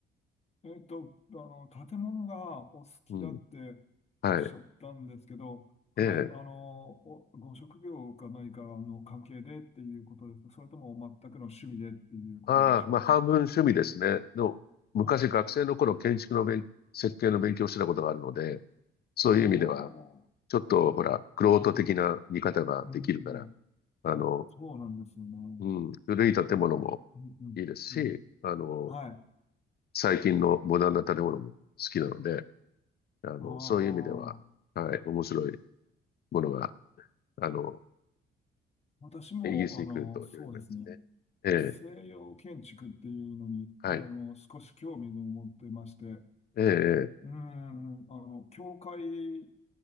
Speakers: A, on the left; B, on the left.
A: えっと、あの、建物がお好きだっておっしゃったんですけど、
B: うん。はい。
A: はい、
B: ええ。
A: あの、おご職業か何かの関係でっていうことですかそれとも全くの趣味でっていうことでしょうか
B: ああ、まあ半分趣味ですね。の、昔学生の頃建築の勉、
A: あ、
B: 設計の勉強をしてたことがあるので、そういう意味では、
A: おー、
B: ちょっとほら、玄人的な見方ができるから、
A: うんうん、
B: あの、
A: そうなんですよね。う
B: うん、古い建物も
A: ん、うん、
B: いいですし、
A: うん。
B: あの、
A: はい。
B: 最近のモダンな建物も好きなので、あの、
A: ああ、
B: そういう意味では、はい、面白いものがあの、
A: 私も、
B: イギリスに来ると読めますね。
A: あの、そうですね。
B: ええ、
A: 西洋建築っていうのに、
B: はい。
A: あの、少し興味を持ってまして、
B: ええ、ええ
A: うーん、あの、教会